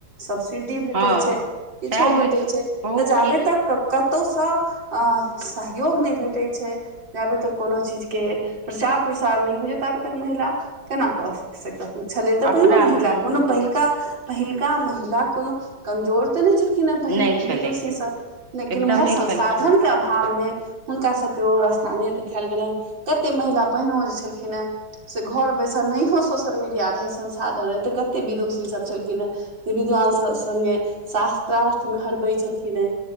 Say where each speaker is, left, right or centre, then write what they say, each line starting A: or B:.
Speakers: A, on the right; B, on the right.
A: सब्सिडी भेटैत
B: हँ
A: छै किछो
B: सएह
A: भेटैत
B: होइ
A: छै
B: बहुत
A: तऽ जाबे
B: की
A: तक कतहुसँ सहयोग नहि भेटैत छै जाबे तक कोनो चीज के प्रचार प्रसार नहि हो जेत आब तक महिला केना कऽ सकन छलै तऽ
B: अपना
A: पहिनो महिला
B: हूँ
A: कोनो पहिलका पहिलका महिला कोनो कमजोर तऽ नहि छलखिन हे पहिने
B: नहि
A: तऽ
B: छलै
A: विदुषी सब लेकिन
B: एकदम
A: उएह
B: नहि
A: संसाधने
B: छलखिन
A: अभावमे हुनका सभके ओ रास्ता नहि देखायल गेलनि कते महिला पहिनो जे छलखिन हे से घर बैसल नहिओ सोशल मीडिया रहै संसाधन रहै तऽ कतेक विदुषीसभ छलखिन हेँ जे विद्वान सभ सङ्गे शास्त्रार्थमे हरबै छलखिन हेँ